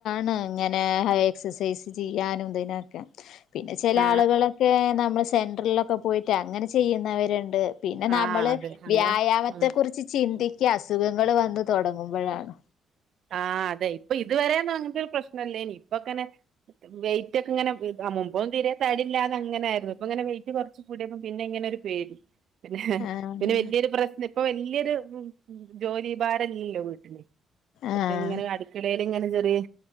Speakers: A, on the left (about 80°); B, on the right (about 65°).
A: ണ് ഇങ്ങനെ എക്സസൈസ് ചെയ്യാനും ഇതിനൊക്കെ പിന്നെ ചില
B: ആ
A: ആളുകളൊക്കെ നമ്മൾ സെൻടറിലൊക്കെ പോയിട്ട് അങ്ങനെ ചെയ്യുന്നവരുണ്ട് പിന്നെ
B: ആ
A: നമ്മള്
B: അതെ അങ്ങനെ
A: വ്യായാമത്തെ
B: ആ
A: കുറിച്ച് ചിന്തിക്ക എക്ക് അസുഖങ്ങൾ വന്ന് തുടങ്ങുമ്പോഴാണ്
B: ആഹ് അതെ ഇപ്പൊ ഇതുവരെ യന്നും അങ്ങനത്തെ ഒരു പ്രശ്നംല്ലേ ഇനി ഇപ്പ അങ്ങനെ വെയിറ്റ് ഒക്കെ ഇങ്ങനെ മുമ്പും തതിരെ തടില്ലാതെ അങ്ങനൊയിരുന്നു ഇപ്പ ഇങ്ങനെ വെയിറ്റ് കുറച്ച് കൂടിയപ്പ പിന്നെ ഇങ്ങനൊ ഒരു പേടി പിന്നെ
A: ആഹ്
B: പിന്നെ വെല്യോരു പ്രശ്നം ഇപ്പൊ വെല്യ ത് ജോലി ഭാരല്ലല്ലോ വീട്ടില് <unintelligible>
A: ആഹ്
B: ങ്ങനെ അട്ക്കളേ ങ്ങനെ ചെറിയേ